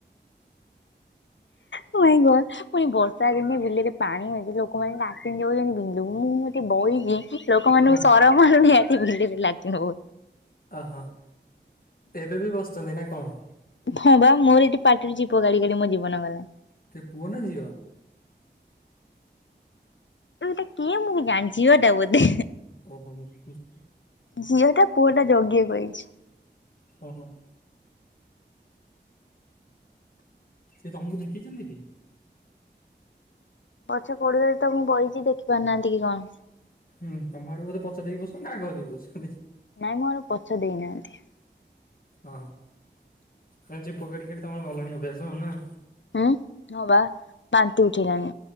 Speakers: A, on the left; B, on the left.
A: ଓ ମାଇଁ ଗର! ପୁଣି ବର୍ଷା ଦିନେ ବିଲରେ ପାଣି ଅଛି। ଲୋକମାନେ ଲାଟିନ୍ ଯାଉଛନ୍ତି ବିଲକୁ ମୁଁ ଏଠି ବଇଚିଁ, ଲୋକମାନଙ୍କୁ
B: ହଁ
A: ସରମ ମାଡୁନି ହେ। ବିଲରେ ଲାଟିନ ହୋ।
B: ଅ ହ, ଏବେ ବି ବସଛନ୍ତି ନା କଣ?
A: ହଁ ବା ମୋର ଏଠି ପାଟିରୁ ଚିପ କାଢି କାଢି ମୋ ଜୀବନ ଗଲା।
B: କେ ପୁଅ ନା ଝିଅ?
A: ତୁ ଏଟା କିଏ ମୁଁ ଜାଣି? ଝିଅଟା ବୋଧେ!
B: ହଁ ହୁ <unintelligible>
A: ଝିଅଟା ପୁଅଟା ଜଗିଆକୁ ଆଇଛି।
B: ହୁଁ ହୁଁ। ସେ ତମକୁ ଦେଖିଛନ୍ତି କି?
A: ଗଛ ପଢୁଆଳରେ ତ ମୁଁ ବଇଛି, ଦେଖି ପାରୁନାହାଁନ୍ତି କି କଣ?
B: ହୁଁ, ତମ ଆଢକୁ ବୋଧେ ପଛ ଦେଇକି ବସନ୍ତି ନା ଆଗ ଦେଇକି ବସଛନ୍ତି?
A: ନାଇଁ, ମୋ ଆଡକୁ ପଛ ଦେଇନାହାଁନ୍ତି।
B: ଅହ କଇଁଚି ପକଡି଼ କାଟି ତମର ଗଲାଣି ଅଭ୍ୟାସ ଆଉ ନାଁ?
A: ଉଁ ହଁ ବା ବାନ୍ତି ଉଠେଇଲାଣି।